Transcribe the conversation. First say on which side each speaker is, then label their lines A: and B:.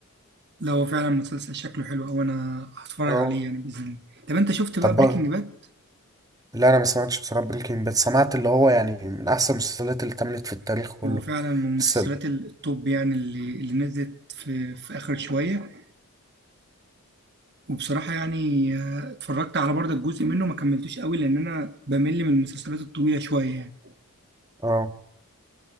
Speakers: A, on the right (about 50°); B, on the right (about 15°).
A: لا هو فعلا مسلسل شكله حلو أوي أنا هتفرج
B: اه
A: عليه يعني بإذن الله طب أنت شفت بقى
B: طب بقى
A: بريكنج باد؟
B: لا انا ما سمعتش بصراحة بريكنج باد سمعت اللي هو يعني من احسن المسلسلات اللي اتعملت في التاريخ كله
A: هو فعلا من
B: بس
A: مسلسلات ال- التوب يعني اللي, اللي نزلت في, في آخر شوية وبصراحة يعني آه، اتفرجت على برضه جزء منه ما كملتوش قوي لأن أنا بمل من المسلسلات الطويلة شوية يعني
B: اه